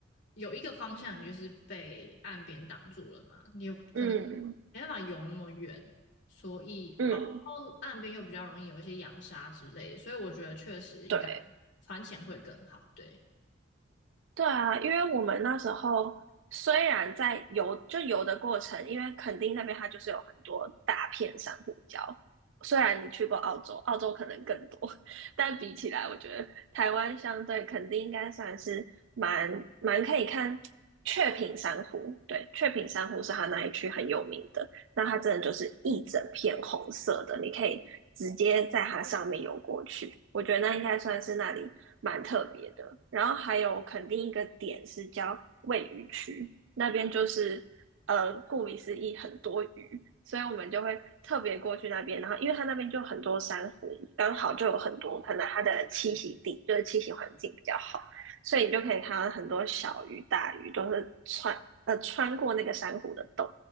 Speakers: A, on the left; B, on the right.
A: 有一个方向，你就是被岸边挡住了嘛，你有可能
B: 嗯
A: 没办法游那么远，所以哦，
B: 嗯，
A: 哦岸边又比较容易有一些扬沙之类的所以我觉得确实应该
B: 对。
A: 船潜会更好，对。
B: 对啊，因为我们那时候虽然在游，就游的过程，因为垦丁那边它就是有很多大片珊瑚礁。虽然你去过澳洲，澳洲可能更多，<laughs> 但比起来，我觉得台湾相对垦丁应该算是蛮蛮可以看雀屏珊瑚。对，雀屏珊瑚是它那一区很有名的。那它真的就是一整片红色的，你可以直接在它上面游过去。我觉得那应该算是那里蛮特别的。然后还有肯定一个点是叫喂鱼区，那边就是呃，顾名思义很多鱼，所以我们就会特别过去那边。然后因为它那边就很多珊瑚，刚好就有很多，可能它的栖息地就是栖息环境比较好。所以你就可以看到很多小鱼、大鱼都是穿呃穿过那个珊瑚的洞，